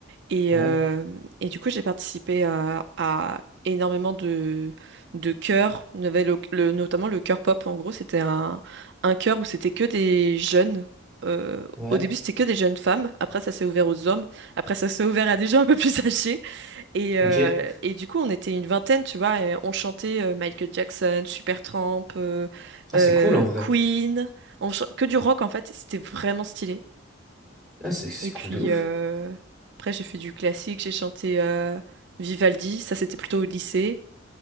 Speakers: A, on the right; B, in the centre.
A: Et,
B: ouais,
A: euh, et du coup, j'ai participé à, à énormément de, de chœurs, Il y avait le- le- notamment le chœur pop. En gros, c'était un, un chœur où c'était que des jeunes. Euh,
B: ouais.
A: au début, c'était que des jeunes femmes. Après, ça s'est ouvert aux hommes. Après, ça s'est ouvert à des gens un peu plus âgés. Et, euh,
B: Ok.
A: et du coup, on était une vingtaine, tu vois. et on chantait euh, Michael Jackson, Supertramp, euh,
B: Ah,
A: euh,
B: c'est cool en vrai.
A: Queen. On chan- que du rock, en fait. C'était vraiment stylé.
B: Ah, c'est c'est
A: Et puis
B: cool de ouf.
A: euh, après, j'ai fait du classique, j'ai chanté euh, Vivaldi, ça c'était plutôt au lycée.